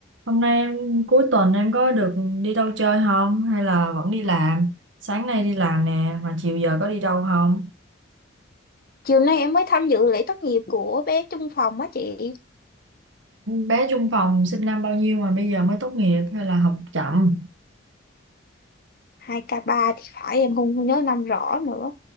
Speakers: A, on the right; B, on the left.
A: Hôm nay em cuối tuần em có được đi đâu chơi không hay là vẫn đi làm? Sáng nay đi làm nè mà chiều giờ có đi đâu không?
B: Chiều nay em mới tham dự lễ tốt nghiệp của bé chung phòng á chị
A: Bé chung phòng sinh năm bao nhiêu mà bây giờ mới tốt nghiệp hay là học chậm?
B: hai k ba thì phải em không không nhớ năm rõ nữa